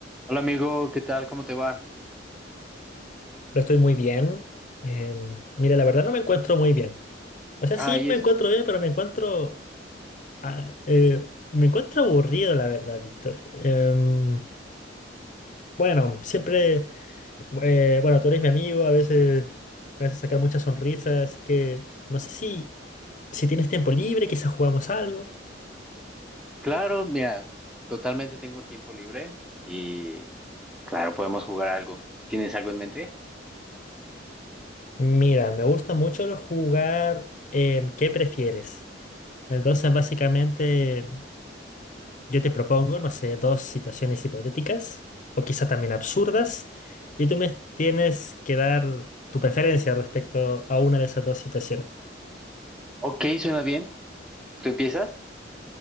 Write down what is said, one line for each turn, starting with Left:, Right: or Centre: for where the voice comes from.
Centre: Hola amigo, ¿qué tal? ¿Cómo te va?
Left: No estoy muy bien. Em, mira, la verdad no me encuentro muy bien. O sea,
Centre: Ah,
Left: sí
Centre: y
Left: me
Centre: eso.
Left: encuentro bien, pero me encuentro, ah, eh, me encuentro aburrido, la verdad, Víctor. Em, bueno, siempre, eh, bueno, tú eres mi amigo, a veces me haces sacar muchas sonrisas, así que no sé si, si tienes tiempo libre, quizás jugamos algo.
Centre: Claro, mira, totalmente tengo tiempo libre y claro, podemos jugar algo. ¿Tienes algo en mente?
Left: Mira, me gusta mucho lo jugar em, ¿qué prefieres? Entonces, básicamente. Yo te propongo, no sé, dos situaciones hipotéticas o quizá también absurdas y tú me tienes que dar tu preferencia respecto a una de esas dos situaciones.
Centre: Ok, suena bien. ¿Tú empiezas?